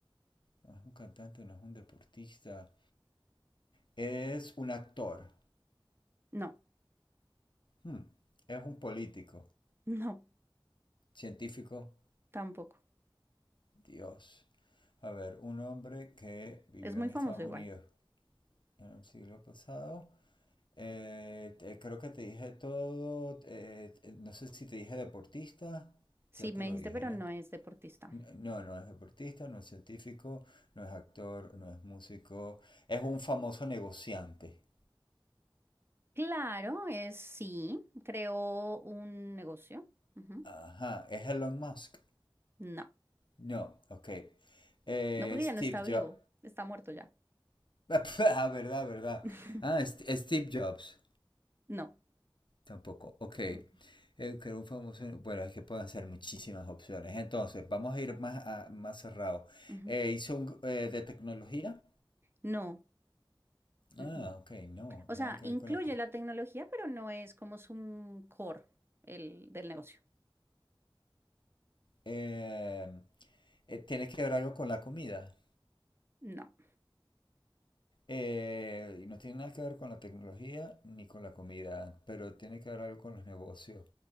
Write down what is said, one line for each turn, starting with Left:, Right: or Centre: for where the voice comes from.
Left: No es un cantante, no es un deportista. Es un actor.
Right: no,
Left: Hmm, Es un político,
Right: <laughs> no,
Left: científico,
Right: tampoco.
Left: Dios. A ver, un hombre que vivió
Right: Es muy
Left: en
Right: famoso
Left: Estados
Right: igual.
Left: Unidos en el siglo pasado. Eh, te- creo que te dije todo. eh, eh, no sé si te dije deportista.
Right: Sí,
Left: Ya te
Right: me
Left: lo
Right: dijiste,
Left: dije,
Right: pero
Left: ¿no?
Right: no es deportista.
Left: N- No, no es deportista, no es científico, no es actor, no es músico. Es un famoso negociante.
Right: Claro, es sí, creó un negocio. Ujú.
Left: Ajá, ¿es Elon Musk?
Right: No,
Left: No, ok. Eh,
Right: no porque
Left: Steve
Right: ya no está vivo,
Left: Jobs.
Right: está muerto ya.
Left: <laughs> Ah, verdad, verdad.
Right: <laughs>
Left: Ah, St- Steve Jobs.
Right: No.
Left: Tampoco. Ok. Eh,
Right: Mm,
Left: que era un famoso. Bueno, es que pueden ser muchísimas opciones. Entonces, vamos a ir más, a- más cerrado.
Right: ujú.
Left: Eh, hizo un, eh, de tecnología.
Right: No. mm,
Left: Ah,
Right: mm.
Left: ok, no,
Right: O
Left: nada
Right: sea,
Left: que
Right: incluye
Left: ver con la te.
Right: la tecnología, pero no es como su core el, del negocio.
Left: Eh, eh, tiene que ver algo con la comida.
Right: No.
Left: Eh, y no tiene nada que ver con la tecnología ni con la comida, pero tiene que ver algo con los negocios.